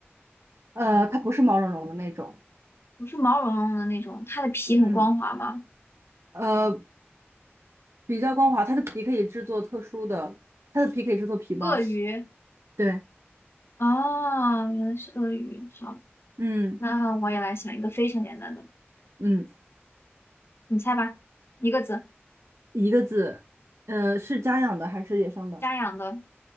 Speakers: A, on the right (about 90°); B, on the left (about 65°).
A: 呃，它不是毛茸茸的那种，
B: 不是毛茸茸的那种，它的皮很光滑吗？
A: 嗯，呃，比较光滑，它的皮可以制作特殊的，它的皮可以制作皮包，
B: 鳄鱼
A: 对，
B: 哦，原来是鳄鱼。好，
A: 嗯
B: 那我也来想一个非常简单的，
A: 嗯，
B: 你猜吧，一个字，
A: 一个字，呃，是家养的还是野生的？
B: 家养的，